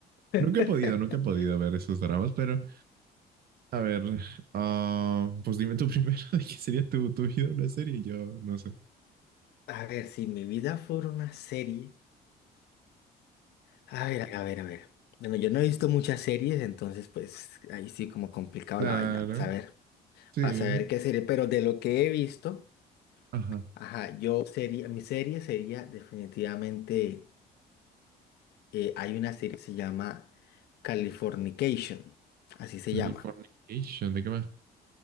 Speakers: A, on the left; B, on the right.
A: <laughs>
B: Nunca he podido, nunca he podido ver esos dramas, pero a ver, ah, pues dime tú primero <laughs> de qué sería tu, tu vida una serie, yo no sé.
A: A ver, si mi vida fuera una serie. A ver, a ver, a ver. Bueno, yo no he visto muchas series, entonces pues ahí sí como complicado
B: Claro,
A: la vaina. Pues, A ver,
B: sí.
A: para saber qué serie, pero de lo que he visto,
B: Ajá.
A: ajá, yo sería, mi serie sería definitivamente. eh, hay una serie que se llama Californication, así se
B: Californication,
A: llama.
B: ¿de qué va?